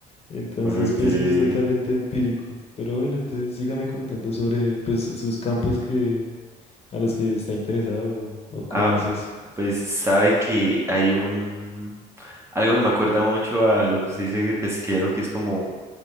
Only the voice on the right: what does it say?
Okay.
Ah,
pues sabe que hay un algo que me acuerda mucho a lo que usted dice de pesquero, que es como